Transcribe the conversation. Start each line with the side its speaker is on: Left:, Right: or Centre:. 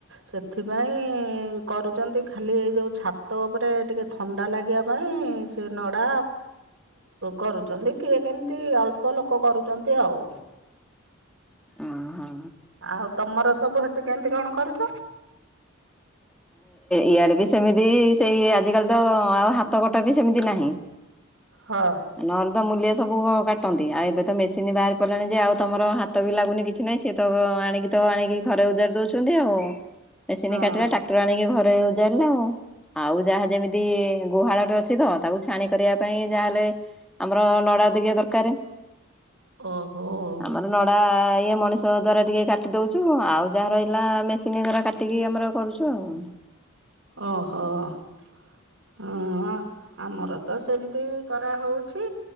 Right: ସେଥିପାଇଁ କରୁଛନ୍ତି। ଖାଲି ଏ ଯେଉଁ ଛାତ ଉପରେ ଟିକେ ଥଣ୍ଡା ଲାଗିବା ପାଇଁ ସେ ନଡ଼ା କରୁଛନ୍ତି କିଏ କେମିତି ଅଳ୍ପ ଲୋକ କରୁଛନ୍ତି ଆଉ।
Centre: ଓହୋ
Right: ଆଉ ତମର ସବୁ ହେଟି କେମିତି କଣ କରୁଛ?
Centre: ଇଆଡେ ବି ସେମିତି ସେଇ ଆଜିିକାଲି ତ ଆଉ ହାତ କଟା ବି ସେମିତି ନାହିଁ।
Right: ହଁ।
Centre: ନହେଲେ ତ ମୂଲେ ସବୁ କାଟନ୍ତି ଆଉ ଏବେ ତ ମେସିନ୍ ବାହାରି ପଡ଼ିଲାଣି ଯେ ଆଉ ତମର ହାତ ବି ଲାଗୁନି କିଛି ନାହିଁ ସିଏ ତ ଏଣିକି ତ ଏଣିକି ଘରେ ଓଜାଡି ଦୋଉଛନ୍ତି ଆଉ ମେସିନ୍
Right: ହଁ
Centre: କାଟିଲା ଟା ଆଣି ଘରେ ଓଜାଡ଼ି ଲେ ଆଉ ଆଉ ଯାହା ଯେମିତି ଗୁହାଳ ଅଛି ତ ତାକୁ ଛାଣି କରିବା ପାଇଁ ଯାହାହେଲେ ଆମର ନଡା ଦିଟା ଦରକାର।
Right: ଓହୋ
Centre: ଆମର ନଡା ଇଏ ମ ମଣିଷ ଦ୍ୱାର ଟିକେ କାଟି ଦୋଉଛୁ ଆଉ ଯାହା ରହିଲା ମେସିନ ଦ୍ଵାରା କାଟିକି ଆମର କରୁ ହୁଁ।
Right: ଓହୋ ହଁ। ଆମର ତ ସେମିତି କରାହୋଉଛି।